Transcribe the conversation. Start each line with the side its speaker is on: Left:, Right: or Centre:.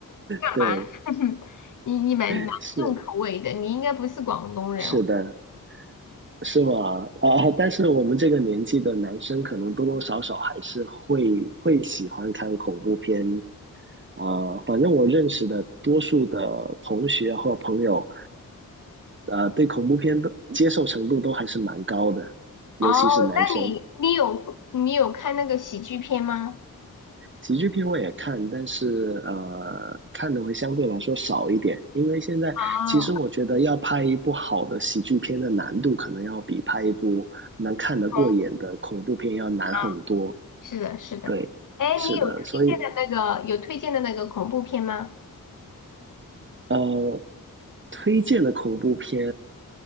Right: 对，
Left: 蛮 <laughs> 你你蛮蛮重口味的，
Right: 是
Left: 你应该不是广东人。
Right: 是的，是吗？啊、但是我们这个年纪的男生，可能多多少少还是会会喜欢看恐怖片，呃，反正我认识的多数的同学或朋友，呃，对恐怖片的接受程度都还是蛮高的，尤其是男生。
Left: 哦，那你你有你有看那个喜剧片吗？
Right: 喜剧片我也看，但是呃，看的会相对来说少一点，因为现在其实我觉得要拍一部好的喜剧片的难度，
Left: 哦，
Right: 可能要比拍一部能看得过眼的恐怖片要难很多。
Left: 懂了，是的，是的。
Right: 对，
Left: 哎，
Right: 是的，
Left: 你有推荐的那个有推荐的那个恐怖片吗？
Right: 所以呃，推荐的恐怖片